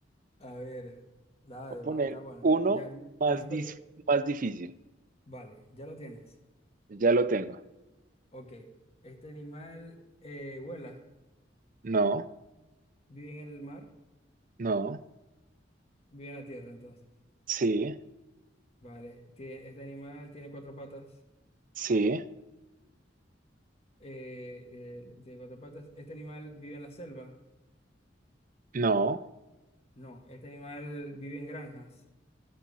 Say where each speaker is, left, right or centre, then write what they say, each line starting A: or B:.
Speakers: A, on the left (about 35°); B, on the right (about 45°).
A: A ver, dale,
B: Voy a poner
A: va- está bueno,
B: uno
A: ya, ya
B: más,
A: no has
B: dis-
A: perdido.
B: más difícil.
A: Vale, ya lo tienes.
B: Ya lo tengo.
A: Ok, este animal eh, vuela,
B: No,
A: vive en el mar,
B: no,
A: vive en la tierra, entonces.
B: sí,
A: Vale, tie- este animal tiene cuatro patas.
B: sí,
A: eh, eh, tiene cuatro patas. Este animal vive en la selva.
B: no,
A: No, este animal vive en granjas.